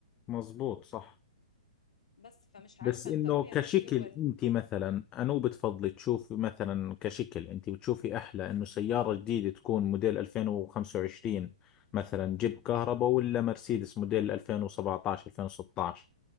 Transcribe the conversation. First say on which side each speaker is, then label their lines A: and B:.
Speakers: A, on the left; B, on the left.
A: مزبوط صح
B: بس فمش
A: بس
B: عارفه
A: انه
B: انت رايك
A: كشكل
B: ايه ولا
A: انت مثلا انو بتفضلي تشوفي مثلا كشكل انت بتشوفي احلى انه سيارة جديدة تكون موديل 2025 مثلا جيب كهرباء ولا مرسيدس موديل 2017 2016